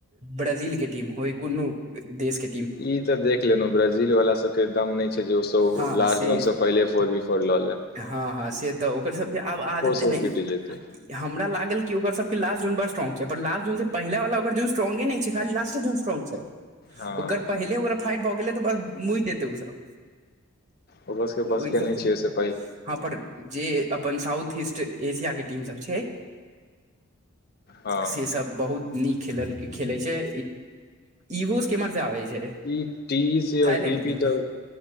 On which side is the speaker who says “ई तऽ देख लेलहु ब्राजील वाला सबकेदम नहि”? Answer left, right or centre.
Left